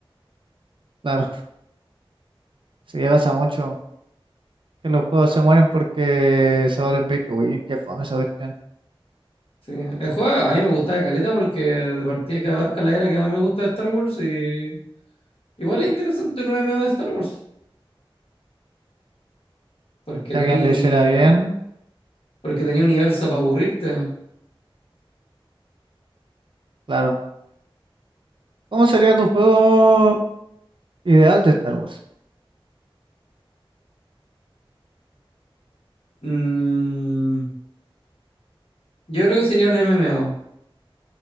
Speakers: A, on the right; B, on the left.
A: Claro, <laughs> si ya pasa mucho que los juegos se mueren porque se vuelven pay to win. Qué fome esa cuestión.
B: Sí. El juego a mí me gustaba caleta porque de partida que abarca la era que más me gusta de Star Wars y igual es interesante un MMO de Star Wars, porque
A: Si
B: tenía
A: alguien lo hiciera bien,
B: porque tenía universo para aburrirte.
A: claro. ¿Cómo sería tu juego ideal de Star Wars?
B: Mm, yo creo que sería un MMO.